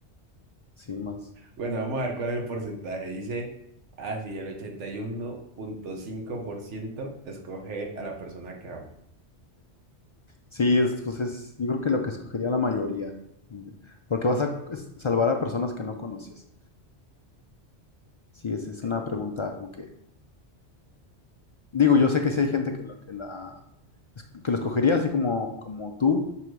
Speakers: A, on the left (about 55°); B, on the right (about 80°).
A: sí, más.
B: Bueno, vamos a ver cuál es el porcentaje. Dice, así el ochenta y uno punto cinco por ciento escoge a la persona que amo.
A: Sí, es, pues es, yo creo que lo que escogería la mayoría, como que- porque vas a es- salvar a personas que no conoces. Sí, es, es
B: Mm.
A: una pregunta como que, digo, yo sé que sí hay gente que la, que la, es- que lo escogería así como, como tú